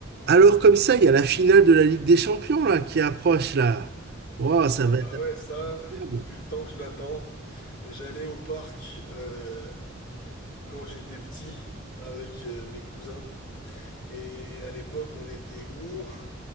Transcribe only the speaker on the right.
Alors comme ça, il y a la finale de la Ligue des Champions là qui approche là. Wow, ça
va
être
incroyable.